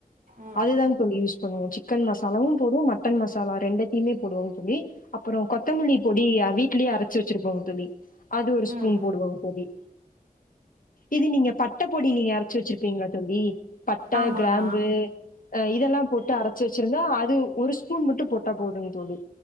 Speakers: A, on the right (about 80°); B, on the left (about 70°).
A: ம்
B: அதுதாங் தோழி யூஸ் பண்ணுவோ சிக்கன் மசாலாவும் போடுவோ மட்டன் மசாலா ரெண்டுத்தையுமே போடுவோம் தோழி அப்பறோ கொத்தமல்லி பொடி வீட்லேயே அரைச்சு வெச்சுருப்போங்க தோழி அது ஒரு ஸ்பூன்
A: ம்
B: போடுவாங் பொடி இது நீங்க பட்ட பொடி நீங்க அரைச்சி வெச்சிருப்பீங்ளா தோழி பட்ட
A: ஆமாம்
B: கிராம்பு
A: ஆமாம்
B: அ இதெல்லா போட்டு அரைச்சி வச்சிருந்தா அது ஒரு ஸ்பூன் மட்டு போட்டா போதுங்கு தோழி